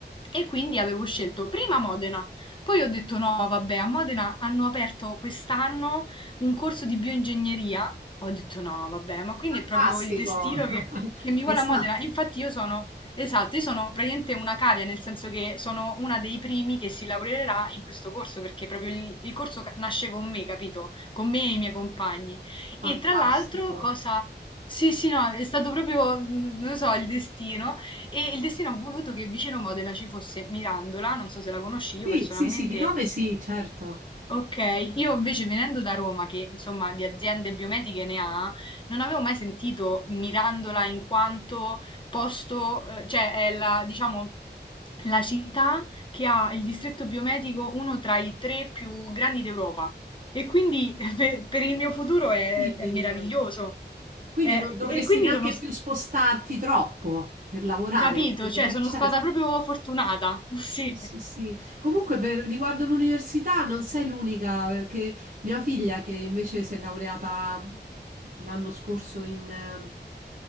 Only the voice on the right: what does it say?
Fantastico.
<laughs>
Esatto,
fantastico.
Sì,
sì, sì, di nome sì, certo.
Incredibile.
Quindi
non dovresti
neanche
più spostarti troppo per lavorare?
<laughs>
Eh,
certo.
Sì, sì, sì. Comunque per riguardo l'università non sei l'unica, perché mia figlia che invece si è laureata l'anno scorso in eh,